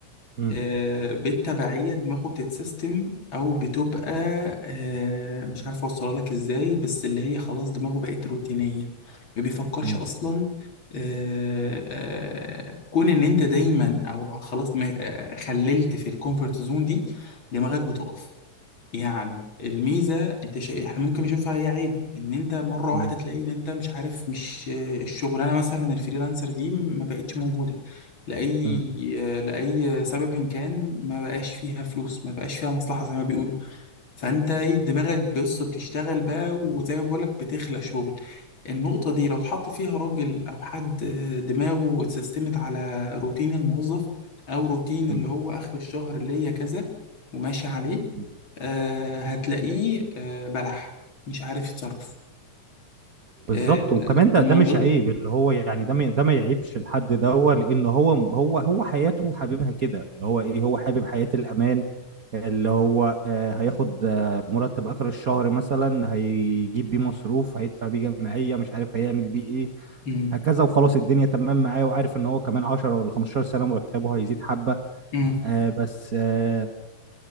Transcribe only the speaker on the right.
مم.
مم.
مم.
مم.
مم.
مم.
بالظبط
وكمان ده
ده مش
عيب اللي هو يعني ده ما- ده ما يعيبش الحد ده هو لان هو هو هو حياته حاببها كده اللي هو ايه هو حابب حياة الامان اللي هو آه هياخد آه مرتب اخر الشهر مثلا هيجيب بيه مصروف هيدفع بيه جمعية مش عارف هيعمل بيه ايه
هكذا وخلاص الدنيا تمام معاه وعارف ان هو كمان 10 ولا 15 سنة مرتبه هيزيد حبة
آه بس آه